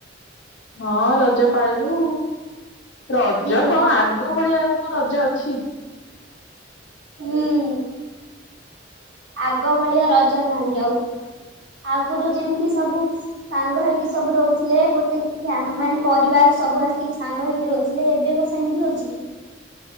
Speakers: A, on the left (about 65°); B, on the right (about 70°).
A: ହଁ ରଜ ପାଳିଲୁ। ରଜ
B: ହୁଁ।
A: କଣ ଆଗ ଭଳିଆଉ କଣ ରଜ ଅଛି।
B: ହୁଁ। ଆଗ ଭଳିଆ ରଜ ନାହିଁ ଆଉ ଆଗରୁ ଯେମିତି ସବୁ। ସାଙ୍ଗ ହେଇକି ସବୁ ରହୁଥିଲେ ଗୋଟେ ଫ୍ୟା ମାନେ ପରିବାର ସବୁ ଆସିକି ସାଙ୍ଗ ହେଇକି ରହୁଥିଲେ। ଥିଲେ ଏବେ ବିସେମିତି ଅଛି।